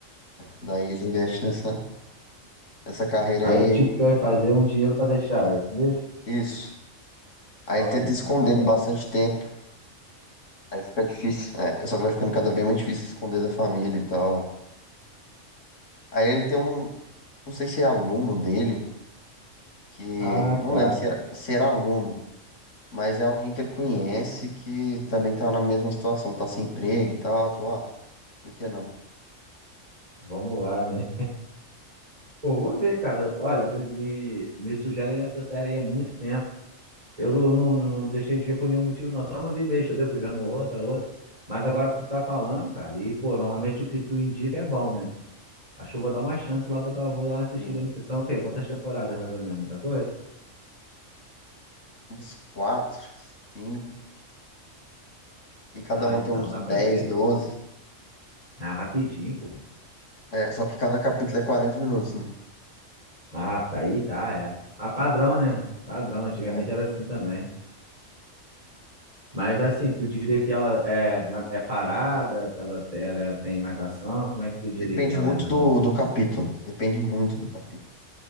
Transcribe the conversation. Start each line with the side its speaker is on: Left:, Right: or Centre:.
Left: daí ele investe nessa. Essa carreira
Right: Aí
Left: aí,
Right: ele tipo quer fazer um dinheiro pra deixar, é isso mesmo?
Left: isso. Aí
Right: Fala
Left: ele tenta
Right: aí, caraca.
Left: esconder bastante tempo. Aí fica difícil. É, só que vai ficando cada vez mais difícil esconder da família e tal. Aí ele tem um, não sei se é aluno dele, que
Right: Ah,
Left: não
Right: tá.
Left: lembro se era, se era aluno, mas é alguém que ele conhece que também tá na mesma situação, tá sem emprego e tal. Ele Falou, ah, por que não?
Right: Vamos lá, né? Pô, vou ver, cara. Olha, me, me me sugerem essa série aí há muito tempo. Eu não, não, não deixei de ver por nenhum motivo, não. Só não vi mesmo, entendeu? Fui vendo outra, outra. Mas agora tu tá falando, cara. E, pô, normalmente o que tu indica é bom, né? Acho que eu vou dar uma chance lá, vou dar, vou dar uma assistida
Left: Tem
Right: nessa sessão. O quê? Quantas temporadas mais ou menos? Muita coisa?
Left: uns quatro, cinco, e cada
Right: Ah,
Left: um
Right: então,
Left: tem uns
Right: dá
Left: dez
Right: pra ver.
Left: doze
Right: Ah, rapidinho, pô.
Left: É, só que cada capítulo é 40 minutos, né?
Right: Ah, tá aí, tá, é. Ah, padrão, né? Padrão, antigamente
Left: É,
Right: era assim também. Mas assim, tu diria que ela é, ma- é parada, se ela, te- ela tem mais ação, como é que tu diria
Left: Depende
Right: que ela
Left: muito
Right: é mais
Left: do,
Right: ou menos?
Left: do capítulo. Depende muito do capítulo.